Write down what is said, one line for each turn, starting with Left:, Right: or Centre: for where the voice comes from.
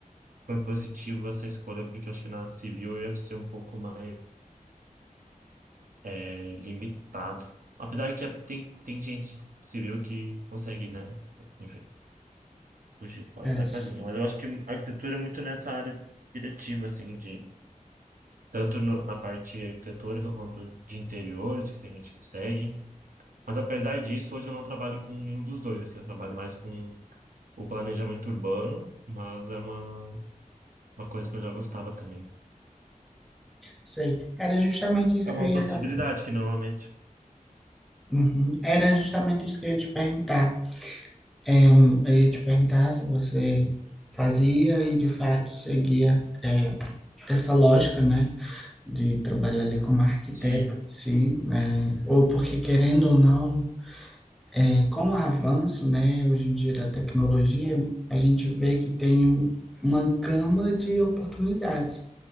Right: foi positivo essa escolha, porque eu acho que na civil eu ia ser um pouco mais é, limitado. Apesar que tem, tem gente civil que consegue, né, enfim, fugir fora
Centre: É,
Right: da
Centre: s-
Right: casinha. Mas eu acho que a arquitetura é muito nessa área diretiva, assim, de tanto no- na parte arquitetônica quanto de interiores, que tem gente que segue. Mas apesar disso, hoje eu não trabalho com nenhum dos dois, assim, eu trabalho mais com o planejamento urbano, mas é uma, uma coisa que eu já gostava também.
Centre: sei. Era justamente isso
Right: É uma
Centre: que eu ia
Right: possibilidade
Centre: acabar.
Right: que normalmente.
Centre: Uhum. Era justamente isso que eu ia te perguntar. É, eu ia te perguntar se você fazia e de fato seguia é, essa lógica, né, de trabalhar ali como arquiteto,
Right: Sim,
Centre: sim, né, ou porque querendo ou não, é, com o avanço, né, hoje em dia da tecnologia, a gente vê que tem um- uma gama de oportunidades.